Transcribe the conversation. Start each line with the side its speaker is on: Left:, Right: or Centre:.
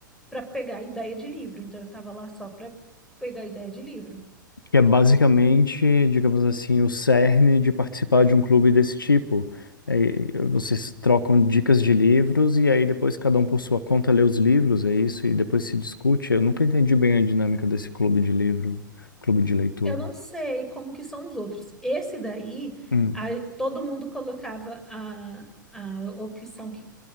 Centre: para pegar ideia de livro. Então, eu estava lá só para pegar ideia de livro.
Left: Que é basicamente, digamos assim, o cerne de participar de um clube desse tipo. Aí, vocês trocam dicas de livros e aí depois cada um por sua conta lê os livros, é isso? E depois se discute. Eu nunca entendi bem a dinâmica desse clube de livro, clube de leitura.
Centre: Eu não sei como que são os outros. Esse daí,
Left: Hum,
Centre: a- todo mundo colocava a, a opção que